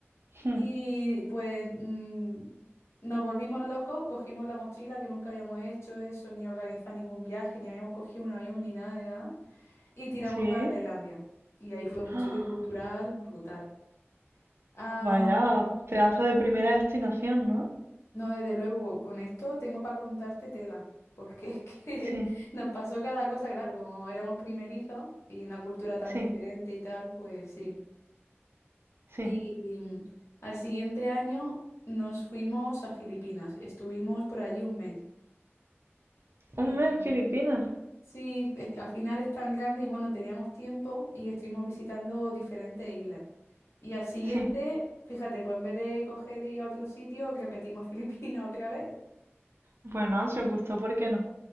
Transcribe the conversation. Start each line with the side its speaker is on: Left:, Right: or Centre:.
Right: Hmm.
Left: Y pues mm, nos volvimos locos, cogimos la mochila que nunca habíamos hecho eso, ni organizado ningún viaje, ni habíamos cogido un avión, ni nada, de nada, y tiramos
Right: Sí.
Left: para Tailandia. Y ahí fue un
Right: <gasps>
Left: choque cultural brutal. Ah,
Right: Vaya, pedazo de primera destinación, ¿no?
Left: no, desde luego, con esto tengo para contarte tela, porque es que
Right: Sí,
Left: <laughs> nos pasó cada cosa, claro, como éramos primerizos y una cultura tan
Right: sí,
Left: diferente y tal, pues sí.
Right: sí.
Left: Y al siguiente año nos fuimos a Filipinas. Estuvimos por allí un mes. Eh,
Right: Un mes en Filipinas.
Left: sí, es- al final es tan grande y bueno, teníamos tiempo y estuvimos visitando diferentes islas. Y al siguiente,
Right: Sí.
Left: fíjate, pues en vez de coger y ir a otro sitio, repetimos <laughs> Filipinas otra vez.
Right: Bueno, si os gustó, ¿por qué no?